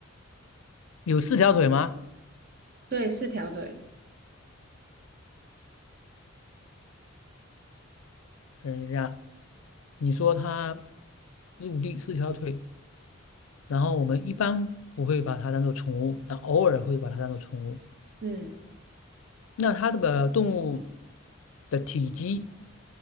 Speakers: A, on the left; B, on the right.
A: 有四条腿吗？
B: 对，四条腿，
A: 等一下，你说它陆地四条腿，然后我们一般不会把它当做宠物，但偶尔会把它当做宠物。
B: 嗯，
A: 那它这个动物的体积